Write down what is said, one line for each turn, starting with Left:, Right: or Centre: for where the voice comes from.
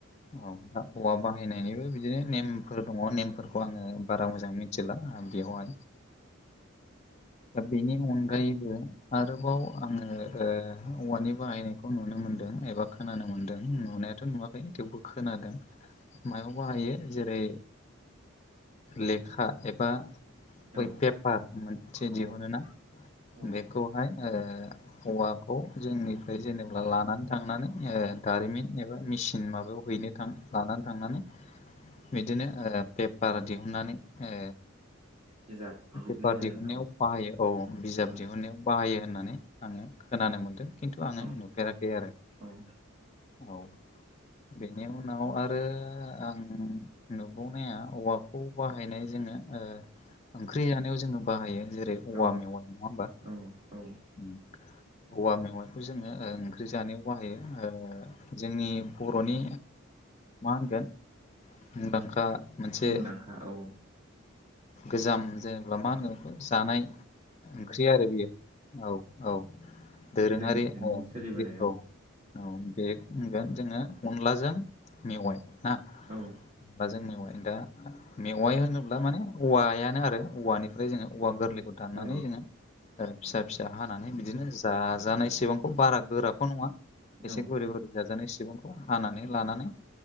Left: औ दा औवा बाहायनायनिबो बिदिनो नेमफोर दङ नेमफोरखौ आङो बारा मोजां मि मिथिला बेयावहाय दा बेनि अनगायैबो आरोबाव आङो औवानि बाहायनायखौ खौ नुनो मोन्दों एबा खोनानो मोन्दों नुनायाथ' नुवाखै थेवबो खोनादों मायाव बाहायो जेरै लेखा एबा
Right: औ
Left: बै पेपार मोनसे
Right: औ
Left: दिहुनो ना
Right: औ
Left: बेखौहाय ओ औवाखौ जोंनिफ्राय जेनेबा लानानै थांनानै दारिमिन एबा मेचिन माबायाव हैनो थां लानानै थांनानै बिदिनो पेपार दिहुननानै ओ
Right: बिजाब बिदिनो
Left: फेफार
Right: होयो
Left: दिहुननायाव बाहायो औ बिजाब
Right: आरो
Left: दिहुनायाव बाहायो होननानै आङो खोनानो मोन्दों खिन्थु आङो
Right: औ
Left: नुफेराखै आरो।
Right: औ
Left: औ बेनि उनाव आरो आं नुबावनाया औवाखौ बाहायनाय जोङो ओ ओंख्रि जानायाव जोङो बाहायो जेरै औवा
Right: औ
Left: मेवा नङा होमबा
Right: औ औ
Left: ओम औवा मेवाइखौ जोङो ओंख्रि जानायाव बाहायो ओ जोंनि बर'नि मा होनगोन मुंदांखा मोनसे
Right: मुंदांखा औ
Left: गोजाम जेनेबा मा होनगोन बेखौ जानाय ओंख्रि आरो बियो औ औ दोरोङारि
Right: गोदोनिफ्रायनो
Left: ओंख्रि
Right: सोलिबोनाय
Left: औ औ बे होनगोन जोङो अनलाजों मेवाइ ना
Right: औ
Left: <unintelligible> दा मेवाइ होनोब्ला माने औवायानो आरो। औवानिफ्राय जोङो औवा गोरलैखौ दाननानै
Right: औ
Left: जोङो फिसा फिसा हानानै बिदिनो जाजानाय सिबांखौ बारा गोराखौ नङा। एसे
Right: औ
Left: गुरै-गुरै जाजानाय सिबांखौ हानानै लानानै